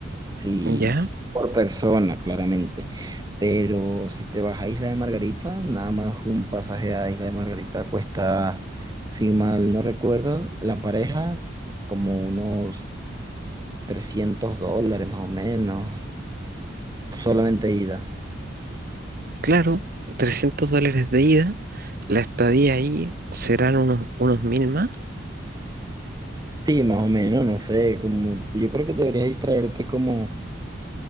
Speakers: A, on the right (about 20°); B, on the right (about 50°).
A: Sí,
B: Ya,
A: s- por persona, claramente. Pero si te vas a Isla de Margarita, nada más un pasaje a Isla de Margarita cuesta, si mal no recuerdo, la pareja como unos 300 dólares más o menos, solamente
B: eh,
A: ida.
B: claro, 300 dólares de ida, la estadía ahí serán unos, unos mil más,
A: Sí, más o menos, no sé, como yo creo que deberías traerte como,